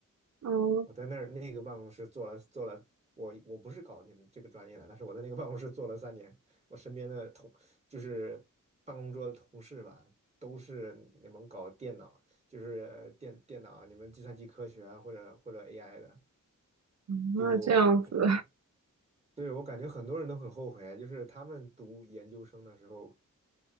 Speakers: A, on the right; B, on the right.
A: 哦，
B: 我在那儿那个办公室做了做了，我我不是搞你们这个专业的，但是我在那个办公室做了三年，我身边的同就是办公桌的同事吧，都是你们搞电脑，就是电电脑啊，你们计算机科学啊，或者或者 AI 的，
A: 嗯那这样子，
B: 就嗯。对，我感觉很多人都很后悔，就是他们读研究生的时候，